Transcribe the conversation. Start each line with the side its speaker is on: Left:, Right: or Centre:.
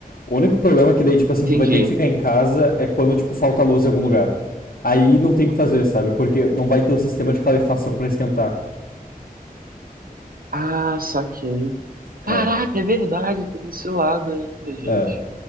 Left: O único problema é que daí, tipo assim,
Right: Entendi.
Left: tu vai ter que ficar em casa é quando, tipo, falta luz em algum lugar. Aí não tem o que fazer, sabe? Porque não vai ter o sistema de calefação pra esquentar.
Right: Ah, saquei. Caraca,
Left: É,
Right: é verdade, tem esse lado ainda, gente.
Left: é.